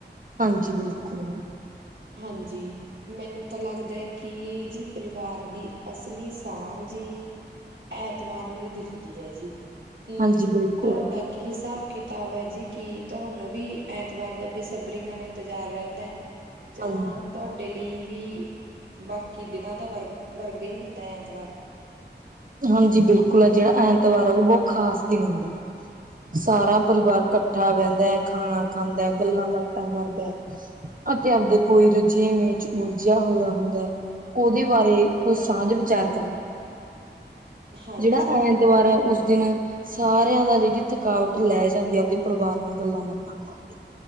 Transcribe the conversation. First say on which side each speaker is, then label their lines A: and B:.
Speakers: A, on the right; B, on the right.
A: ਹਾਂਜੀ, ਬਿਲਕੁਲ।
B: ਹਾਂਜੀ, ਮੈਨੂੰ ਤਾਂ ਲੱਗਦੈ ਕਿ ਜੀ ਪਰਿਵਾਰ ਦੀ ਅਸਲੀ ਤਾਣ ਜੀ ਐਤਵਾਰ ਨੂੰ ਈ ਦਿਖਦੀ ਹੈ ਜੀ। ਕੀ
A: ਹਾਂਜੀ ਬਿਲਕੁਲ।
B: ਤੋਡਾ ਕੀ ਹਿਸਾਬ ਕਿ ਤਾਬ ਐ ਜੀ, ਕਿ ਤੁਹਾਨੂੰ ਵੀ ਐਤਵਾਰ ਦਾ ਬੇਸਬਰੀ ਨਾਲ ਇੰਤਜ਼ਾਰ ਰੈੰਦੈ? ਯਾ
A: ਹਾਂ
B: ਤੋਡੇ ਲਈ ਵੀ ਬਾਕੀ ਦਿਨਾਂ ਦਾ ਵਰਗ ਵਰਗੈ ਹੀ ਹੁੰਦੈ। ਤਵਾਰ।
A: ਹਾਂਜੀ, ਬਿਲਕੁਲ ਆ ਜੇਆ ਐਤਵਾਰ ਆਉ ਬੋਹ ਖ਼ਾਸ ਦਿਨ ਹੁੰਦੈ। ਸਾਰਾ
B: ਹਾਂਜੀ
A: ਪਰਿਵਾਰ ਕੱਠਾ ਬੈੰਦੈ, ਖਾਣਾ ਖਾਂਦੈ, ਗੱਲਾਂ-ਬਾਤਾਂ ਕਰਦੈ। ਅਤੇ ਆਪਦੇ ਕੋਈ ਰਜੇਂਵੇੇ ਚ ਉਲਝਿਆ ਹੋਇਆ ਹੁੰਦੈ। ਓਦੇ ਬਾਰੇ ਕੋਈ ਸਾਂਝ ਵਿਚਾਰ ਕਰੋ।
B: ਹਾਂਜੀ
A: ਜੇੜਾ ਐਂਤਵਾਰ ਐ ਉਸ ਦਿਨ ਸਾਰਿਆਂ ਦਾ ਜੇਜੀ ਥਕਾਵਟ ਲੈ ਜਾਂਦੀ ਆ ਆਪਦੇ ਪਰਿਵਾਰ ਨਾਲ ਗੱਲਾਂ-ਬਾਤਾਂ ਕਰਕੇ।